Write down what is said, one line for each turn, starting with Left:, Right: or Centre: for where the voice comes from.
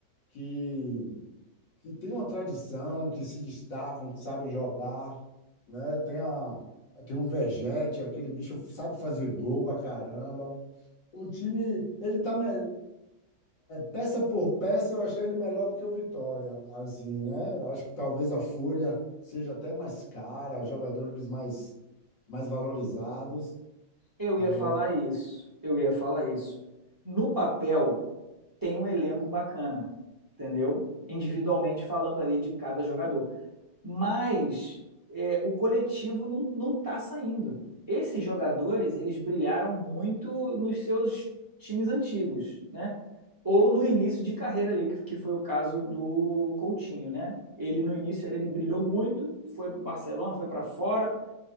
Left: que que tem uma tradição, que se destacam, que sabem jogar, né? Tem a, tem o Vegete, aquele bicho sabe fazer gol pra caramba. O time, ele tá me- peça por peça, eu achei ele melhor do que o Vitória, assim, né? Eu acho que talvez a folha seja até mais cara, jogadores mais mais valorizados.
Right: Eu
Left: Agora,
Right: ia falar isso, eu ia falar isso. No papel tem um elenco bacana, entendeu? Individualmente falando ali de cada jogador. Mas é, o coletivo não, não tá saindo. Esses jogadores, eles brilharam muito nos seus times antigos, né? Ou no início de carreira ali, que, que foi o caso do Coutinho, né? Ele no início ele, ele brilhou muito, foi para o Barcelona, foi para fora,